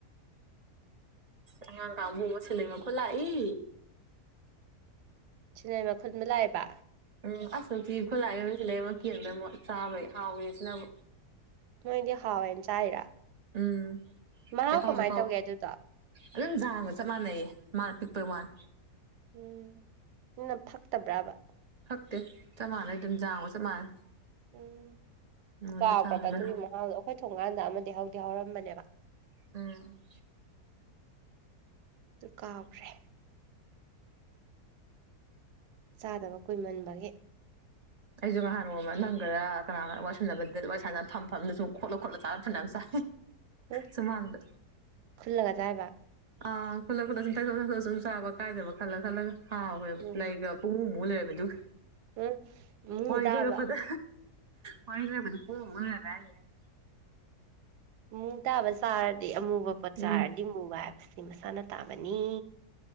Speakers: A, on the right; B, on the right.
A: ꯑꯉꯥꯡꯒꯥꯎ <unintelligible> ꯁꯤꯂꯩ ꯃꯈꯨ ꯂꯥꯛꯏ
B: ꯁꯤꯂꯩꯕ ꯈꯨꯟꯕ ꯂꯥꯛꯑꯦꯕ
A: ꯎꯝ ꯑꯁ ꯅꯨꯡꯇꯤ ꯈꯨꯠꯂꯥꯏ <unintelligible> ꯆꯥꯕꯩ ꯍꯥꯎꯋꯦ ꯁꯤꯅꯕꯨ
B: ꯅꯣꯏꯗꯤ ꯍꯥꯎꯋꯦꯅ ꯆꯥꯏꯔꯥ
A: ꯎꯝ
B: ꯃꯍꯥꯎ
A: ꯆꯦꯈꯥꯎ
B: ꯀꯃꯥꯏꯅ
A: ꯆꯦꯈꯥꯎ
B: ꯇꯧꯒꯦ ꯑꯗꯨꯗꯣ
A: ꯑꯗꯨꯝ ꯖꯥꯡꯒ ꯆꯞ ꯃꯥꯟꯅꯩꯌꯦ ꯃꯥꯅ ꯄꯤꯛꯄꯩ ꯋꯥꯟ
B: ꯎꯝ ꯅꯥ ꯐꯛꯇꯕ꯭ꯔꯥꯕ
A: ꯐꯛꯇꯦ ꯆꯞ ꯃꯥꯟꯅꯩ ꯑꯗꯨꯝ ꯌꯥꯥꯝꯒꯥ ꯆꯞ ꯃꯥꯟꯅꯩ
B: ꯎꯝ
A: ꯃꯨꯜꯂ
B: ꯀꯥꯎꯈ꯭ꯔꯕ
A: ꯆꯥꯝꯃꯦ
B: ꯑꯗꯨꯒꯤ
A: ꯂꯣꯏ ꯍꯥꯎꯏ
B: ꯃꯍꯥꯎꯗꯣ ꯑꯩꯈꯣꯏ ꯊꯣꯡꯀꯥꯟꯗ ꯑꯃꯗꯤ ꯍꯧꯗꯤ ꯍꯧꯔꯝꯕꯅꯦꯕ
A: ꯎꯝ
B: ꯑꯗꯨ ꯀꯥꯎꯈ꯭ꯔꯦ ꯆꯥꯗꯕ ꯀꯨꯏꯃꯟꯕꯒꯤ
A: ꯑꯩꯁꯨ ꯅꯍꯥꯟ ꯅꯣꯡꯃ ꯅꯪꯒꯔ ꯀꯅꯥꯒ ꯋꯥꯔꯤ ꯁꯥꯟꯅꯕꯗꯨꯗ ꯋꯥꯔꯤ ꯁꯥꯟꯅ ꯐꯝ ꯐꯝꯅ ꯁꯨꯝ ꯈꯣꯠꯂ ꯈꯣꯠꯂꯣ ꯆꯥ ꯐꯅ ꯆꯥ
B: ꯎꯝ
A: ꯁꯨꯃꯥꯡꯗ
B: ꯈꯨꯜꯂꯒ ꯆꯥꯏꯕ
A: ꯑ ꯈꯨꯠꯂꯛ ꯈꯨꯠꯂ ꯁꯨꯝ ꯊꯛꯗ ꯊꯛꯆꯠ ꯁꯨꯝ ꯆꯥꯕ ꯀꯥꯏꯗꯕ ꯈꯜꯂ ꯈꯜꯂꯒ ꯍꯥꯎꯋꯦꯕ
B: ꯎꯝ
A: ꯂꯩꯒ ꯄꯨꯡꯃꯨ ꯃꯨ ꯂꯩꯔꯝꯃꯦ ꯗꯨꯒ
B: ꯎꯝ ꯃꯨ
A: ꯋꯥꯔꯤ
B: ꯇꯥꯕ
A: ꯂꯣꯏꯔꯛꯄꯗ ꯋꯔꯤ ꯂꯥꯏꯔꯛꯄꯗ ꯄꯨꯡꯃꯨꯛ ꯍꯣꯜꯂꯝꯃꯦ ꯍꯥꯏꯁꯤꯅꯤ
B: ꯃꯨ ꯇꯥꯕ ꯆꯥꯔꯗꯤ ꯑꯃꯨꯕ ꯄꯣꯠ ꯆꯥꯔꯗꯤ
A: ꯎꯝ
B: ꯃꯨꯕ ꯍꯥꯏꯕꯁꯤ ꯃꯁꯥꯅ ꯇꯥꯕꯅꯤ